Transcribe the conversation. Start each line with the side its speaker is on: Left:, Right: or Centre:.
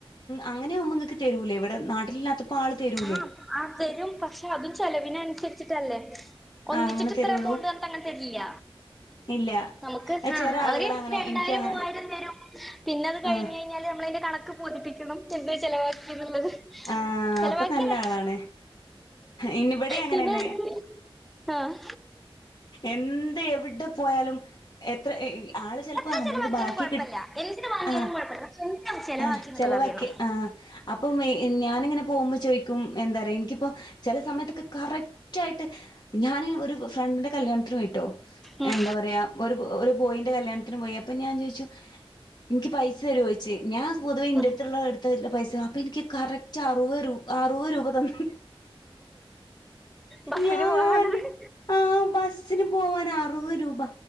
Left: അങ്ങനെ ആകുമ്പോങ്ങൾക്ക് തരൂലേ ഇവിടെ നാട്ടിലില്ലാത്തപ്പോൾ ആൾ തരൂലേ
Centre: ആഹ് ആ തരും പക്ഷെ അതും ചെലവിന അനുസരിച്ചിട്ടല്ലേ ഒന്നിച്ചിട്ട
Left: ആഹ് അങ്ങനെ
Centre: ഇത്ര
Left: തരുള്ളൂ
Centre: എമൗണ്ട് അങ്ങെ തരില്ല
Left: ഇല്ല
Centre: നമുക്ക്
Left: അത്
Centre: ആഹ
Left: ചെല ആളുകളങ്ങനെ
Centre: അവര് രണ്ടായിരം
Left: എനിക്കും അങ്ങനെ
Centre: മൂവായിരം തരും പിന്നെത് കഴിഞ്
Left: ആഹ്
Centre: ഞ്ഞല് നമ്മളെതിന്റെ കണക്ക് ബോധിപ്പിക്കണം എന്ത ചെലവാക്കി എന്നുള്ളത്
Left: ആഹ്
Centre: ചെലവാക്കിയതെ
Left: അപ്പൊ നല്ല ആളാണ് ഇനിവിടെ അങ്ങനെന്നെ
Centre: പിന്നെ അടുത്ത് ആഹ്
Left: എന്ത് എവിടെ പോയാലും എത്ര ഹെ ആള് ചെ ലപ്പ
Centre: എത്ര
Left: നമ്മളൊട്
Centre: ചെലവാക്കിയാലും
Left: ബാക്കി
Centre: കുഴപ്പല്ല
Left: കി
Centre: എന്തിന് വാങ്ങിയാലും
Left: ആ
Centre: <unintelligible>
Left: ആ
Centre: എന്നുള്ളത്
Left: ചെലവാക്കി
Centre: അറിയണം
Left: ആ അപ്പം ഏ ഞാന ഇങ്ങനെ പോവുമ്പോ ചോയ്ക്കും എന്താ പറയാ എനിക്കിപ്പോ ചെല സമയത്തൊക്കെ കറക്റ്റ് ആയിട്ട് ഞാന് ഒരു ഫ്രണ്ടിന്റെ കല്യാണത്തിന് പോയിട്ടോ
Centre: ഉം
Left: ഹെ എന്താ പറയാ ഒരു ഒരു ബോയിൻന്റെ കല്യാണത്തിന് പോയി അപ്പം ഞാൻ ചോയിച്ചു നിക്ക് പൈസ തരോചോയിച്ച് ഞാൻ പൊതുവെ ഇന്റെറ
Centre: ഉം
Left: അടുത്തുള്ള അടുത്തള്ള പൈസ അപ്പൊ എനിക്ക് കറക്റ്റ് അറുപത് രൂ അറുപത് രൂപ തന്നു
Centre: ബസ്സിന്
Left: ഞാൻ
Centre: പോകാനുള്ളത്
Left: ആ ബസ് സിന് പോവാൻ അറുപത് രൂപ